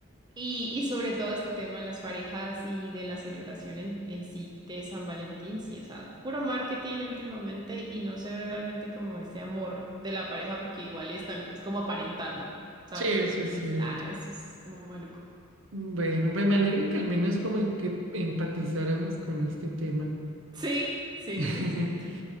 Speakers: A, on the right (about 20°); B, on the right (about 60°).
A: Y, y sobre todo este tema de las parejas y de la celebración en, en sí de San Valentín, sí, o sea, puro marketing últimamente y no se ve realmente como ese amor de la pareja porque igual están, es como aparentando, ¿sabes?
B: Sí, eso
A: Entonces,
B: es cierto.
A: ah, eso es como maluco.
B: Bueno, pues me alegra que al menos como en que empatizáramos con este tema.
A: Sí, sí,
B: <laughs>
A: sí, es cierto.